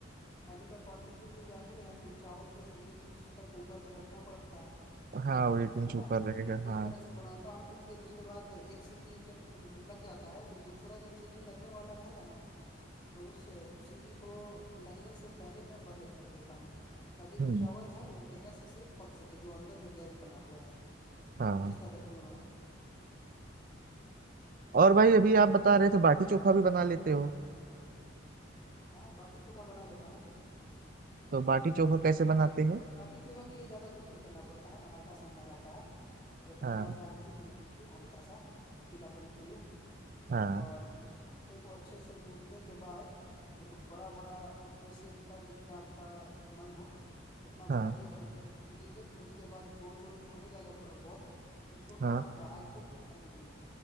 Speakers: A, on the left; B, on the right.
A: पानी का क्वांटिटी तो जान ही रहे हैं चावल से एक इंच तक ऊपर तक रखना पड़ता है
B: हाँ वो एकदम
A: है ना
B: ऊपर रहेगा
A: इस
B: हाँ
A: तरह से बनाता हूँ तो फिर उसके बाद एक सीटी जब म, लग जाता है तो दूसरा जब सीटी लगने वाला रहेगा ना तो उस सीटी को लगने से पहले मैं बंद कर देता हूँ ताकि
B: हम्म
A: जो चावल है वो गैस से पक सके जो अंदर जो गैस बना हुआ है
B: हाँ
A: इस तरह से मैं बना
B: और भाई अभी आप बता रहे थे बाटी चोखा भी बना लेते हो
A: हाँ बाटी चोखा बना लेता हूँ
B: तो बाटी चोखा कैसे बनाते हो
A: बाटी चोखा के लिए ज़्यादा कुछ नहीं करना पड़ता है आटा सानना रहता है और उसमें
B: हाँ
A: थोड़ा सा हल्दी मिला के हल्का सा पीलापन के लिए
B: हाँ
A: और उसको अंडे को अच्छे से गूंथने के बाद एक बड़ा बड़ा अपने शेप का जितना आपका मन हो उतना बढ़ाने
B: हाँ
A: के बना लीजिए फिर उसके बाद गोल गोल जो हो जाएगा पूरा बॉल उसको ना
B: हाँ
A: आप आग पे पका लीजिए